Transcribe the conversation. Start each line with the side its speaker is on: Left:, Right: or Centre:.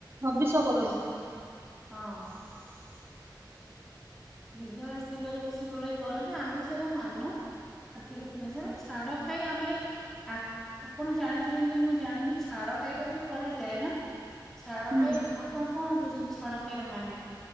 Right: ହବିଷ କରନ୍ତୁ।
Centre: ହଁ, ବିଧବା ସ୍ତ୍ରୀ ଲୋକ ବେଶି ଭଲକି କରନ୍ତି ଆମେବି ସବୁ ମାନୁ କାର୍ତ୍ତିକ ପୂର୍ଣ୍ଣିମା ସେରା ଛାଡଖାଇ ଆମର ଏଇ ଆପଣ ଜାଣିଥିବେକି ନାଇଁ ମୁଁ ଜାଣିନି ଛାଡଖାଇ ଟା ଜଉ କରାଯାଏନା ଛାଡ
Right: ହୁଁ।
Centre: ଖାଇ ଆପଣ କଣ ବୁଝନ୍ତି ଛାଡ ଖାଇର ମାନେ।